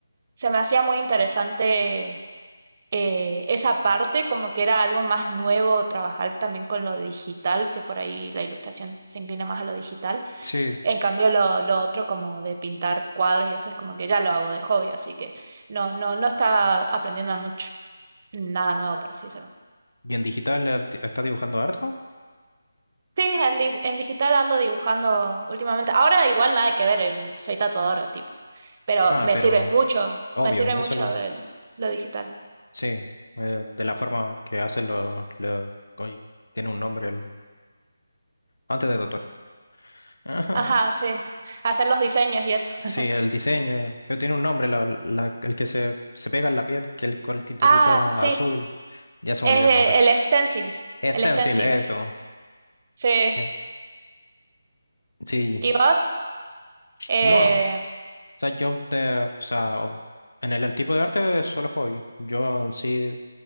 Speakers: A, on the right; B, on the left.
A: se me hacía muy interesante eh, esa parte, como que era algo más nuevo trabajar también con lo digital, que por ahí la ilustración se inclina más a lo digital.
B: Sí.
A: En cambio, lo, lo otro como de pintar cuadros y eso es como que ya lo hago de hobby, así que no, no, no está aprendiendo mucho, nada nuevo, por así decirlo.
B: ¿Y en digital eh, ti- estás dibujando harto?
A: Sí, en, di- en digital ando dibujando últimamente. Ahora igual nada que ver, em, soy tatuadora, tipo. Pero
B: Ah,
A: me
B: pero
A: sirve mucho,
B: obvio,
A: me sirve mucho
B: eso lo...
A: el- lo digital.
B: Sí, eh, de la forma que hacen los... los- hoy tiene un nombre el... Antes de Totó. Ajá.
A: Ajá,
B: <laughs>
A: sí. Hacer los diseños y eso.
B: Sí,
A: <laughs>
B: el diseño, eh, pero tiene un nombre, la- la- el que se, se pega en la piel, que el, con el tinturita
A: Ah, sí.
B: azul, ya se
A: Es
B: me olvidó el
A: eh,
B: nombre.
A: el stencil. El
B: Stencil,
A: stencil.
B: eso.
A: Sí.
B: Sí. Sí,
A: ¿Y vos? Eh,
B: no, O sea, yo de, o sea, o- en el, el tipo de arte es solo hobby. Yo en sí